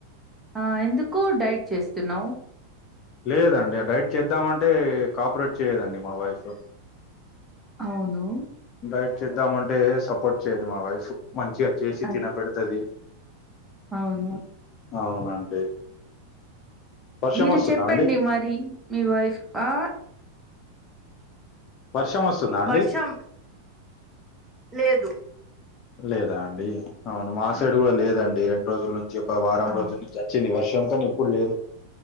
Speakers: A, in the centre; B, on the left.
A: ఆ ఎందుకు డైట్ చేస్తున్నావు?
B: లేదండి ఆ డైట్ చేద్దామంటే కోపరేట్ చేయదండి మా వైఫు.
A: అవును
B: డైట్ చేద్దాంమంటే సపోర్ట్ చేయది మా వైఫు, మంచిగా చేసి
A: ఐ-
B: తినబెడతది
A: అవును
B: అవునండి వర్షం
A: మీరు
B: వస్తుందా
A: చెప్పండి
B: అండి
A: మరి, మీ వైఫ్ ఆ
B: వర్షమస్తుందా అండి?
A: వర్షం లేదు
B: లేదా అండి అవును మా
A: ఆ
B: సైడు గుడ లేదండి, రెండ్రోజుల్ నుంచి ఒక వారం
A: ఆ,
B: రోజుల్ నుంచి అచ్చింది వర్షం కనీ ఇప్పుడ్ లేదు.